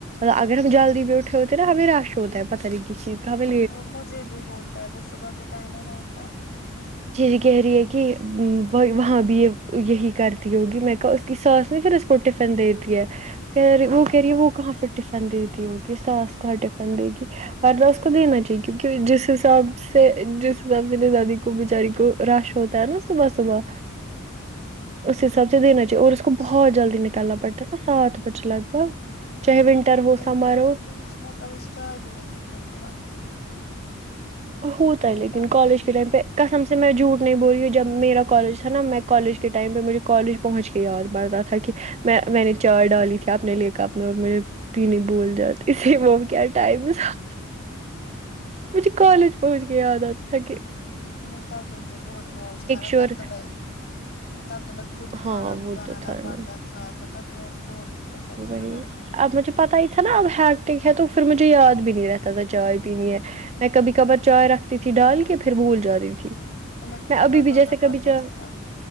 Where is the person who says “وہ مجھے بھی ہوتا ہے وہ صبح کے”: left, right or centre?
Left